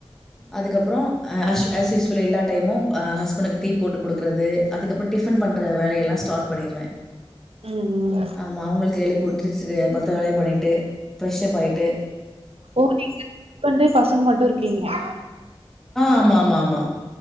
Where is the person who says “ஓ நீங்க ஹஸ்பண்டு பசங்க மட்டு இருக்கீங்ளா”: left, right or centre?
Right